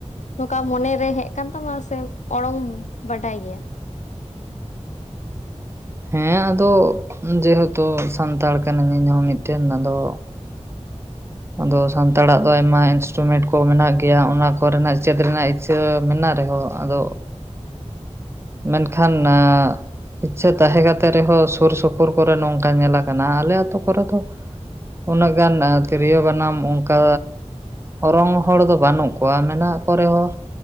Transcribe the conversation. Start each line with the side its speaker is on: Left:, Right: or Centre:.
Left: ᱱᱚᱝᱠᱟ ᱢᱚᱱᱮᱨᱮ ᱦᱮᱜ ᱟᱠᱟᱱ ᱛᱟᱢᱟ ᱥᱮ ᱚᱲᱚᱝ ᱵᱟᱰᱟᱭ ᱜᱮᱭᱟ?
Right: ᱦᱮᱸ ᱟᱫᱚ ᱡᱮᱦᱮᱛᱩ ᱥᱟᱱᱛᱟᱲ ᱠᱟᱱᱟᱧ ᱦᱚᱸ ᱢᱤᱫᱴᱮᱱ ᱟᱫᱚ ᱟᱫᱚ ᱥᱟᱱᱛᱟᱲᱟᱜ ᱫᱚ ᱟᱭᱢᱟ ᱤᱱᱥᱴᱨᱩᱢᱮᱱᱴ ᱠᱚ ᱢᱮᱱᱟᱜ ᱜᱮᱭᱟ ᱚᱱᱟ ᱠᱚᱨᱮᱱᱟᱜ ᱪᱮᱫ ᱨᱮᱱᱟᱜ ᱪᱮ ᱢᱮᱱᱟᱜ ᱨᱮᱦᱚᱸ ᱟᱫᱚ ᱢᱮᱱᱠᱷᱟᱱ ᱟᱸ ᱤᱪᱷᱟᱹ ᱛᱟᱦᱮᱸ ᱠᱟᱛᱮ ᱨᱮᱦᱚᱸ ᱥᱩᱨ ᱥᱩᱯᱩᱨ ᱠᱚᱨᱮ ᱱᱚᱝᱠᱟ ᱧᱮᱞ ᱟᱠᱟᱱᱟ ᱟᱞᱮ ᱟᱹᱛᱩ ᱠᱚᱨᱮ ᱫᱚ ᱩᱱᱟᱹᱜ ᱜᱟᱱ ᱛᱤᱨᱭᱳ ᱵᱟᱱᱟᱢ ᱚᱱᱠᱟ, ᱚᱨᱚᱝ ᱦᱚᱲ ᱫᱚ ᱵᱟᱹᱱᱩᱜ ᱠᱚᱣᱟ ᱢᱮᱱᱟᱜ ᱠᱚ ᱨᱮᱦᱚᱸ